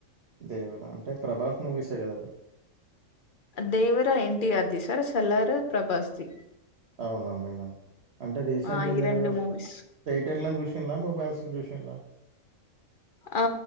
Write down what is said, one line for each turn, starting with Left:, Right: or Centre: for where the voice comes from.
Right: దేవరా అంటే ప్రభాస్ మూవీసే కదా అది
Left: దేవరా ఎన్టీఆర్ది సార్స్ సలార్ ప్రభాస్ ది
Right: అవునా మేడం అంటే రీసెంట్
Left: ఆ,
Right: గా
Left: ఈ
Right: మీరు
Left: రెండు మూవీస్
Right: థియేటర్ ల చూసిల్లా మొబైల్స్ ల చూసి కెళ్ళ
Left: ఆ